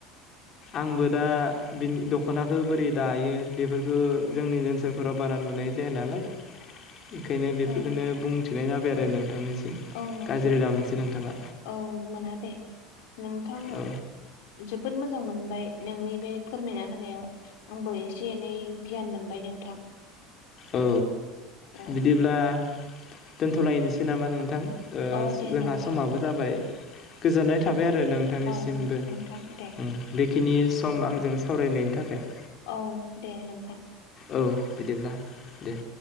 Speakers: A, on the left; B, on the left.
A: आंबो दा बिनि दख'नाखौ बोरै दायो बेफोरखौ जोंनि ओनसोल फोराव बारा नुनाय जाया नालाय ओंखायनो बेफोरखौनो
B: औ
A: बुंथिनाय जाबाय आरो नोंथांनिसिम।
B: औ नोंथां
A: गाज्रि दा मोनसै नोंथाङा
B: औ मोना दे नोंथां
A: औ
B: जोबोद मोजां मोनबाय नोंनि बे फोरमायना होनायाव। आंबो एसे एनै गियान मोनबाय नोंथां।
A: औ
B: औ
A: बिदिब्ला दोनथ'लायनोसै नामा नोंथां? ओ
B: औ दे
A: जोंहा
B: नोंथां
A: समाबो जाबाय। गोजोननाय थाबाय आरो नोंथांनिसिमबो
B: औ
A: उम
B: नोंथां दे
A: बे खिनि सम आंजों सावरायनायनि थाखाय।
B: औ दे नोंथां।
A: औ बिदिब्ला दे।